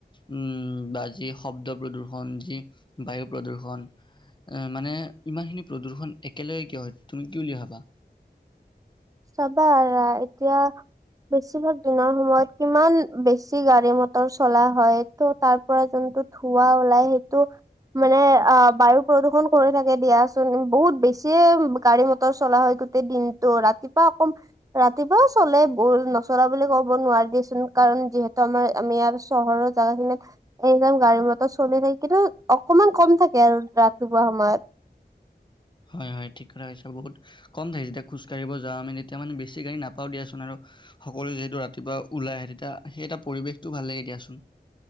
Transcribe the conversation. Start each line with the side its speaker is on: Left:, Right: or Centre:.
Left: উম, বা যি শব্দ প্ৰদূ্ষন, যি বায়ু প্ৰদূৰ্ষন অ' মানে ইমান খিনি প্ৰদূষণ একেলগে কিয় হয় তুমি কি বুলি ভাবা?
Right: চাবা এতিয়া বেছিভাগ দিনৰ সময়ত কিমান বেছি গাড়ী মটৰ চলা হয় ত' তাৰ পৰা যোনটো ধুৱা ওলাই সেইটো মানে অ' বায়ু প্ৰদূষণ হৈ থাকে দিয়া। বহুত বেছিয়ে গাড়ী মটৰ চলা হয় গোটেই দিনটো ৰাতিপুৱা অকম ৰাতিপুৱাও চলে বহুত নচলা বুলি ক'ব নোৱাৰ দিয়চোন কাৰণ যিহেতু আমাৰ আমি ইয়াৰ চহৰত জোগা খিনিত এইজন গাড়ী মটৰ চলি থাক কিন্তু অকমান কম থাকে আৰু ৰাতিপুৱা সময়ত।
Left: হয়, হয় ঠিক কথা হৈছে বহুত কম থাকি যেতিয়া খোজকাঢ়িব যাওঁ আমি তেতিয়া মানে বেছি গাড়ী নাপাওঁ দিয়াচোন আৰু সকলোৱে যিহেতু ৰাতিপুৱা ওলাই আহে তেতিয়া সেই এটা পৰিৱেশটো ভাল লাগে দিয়াচোন।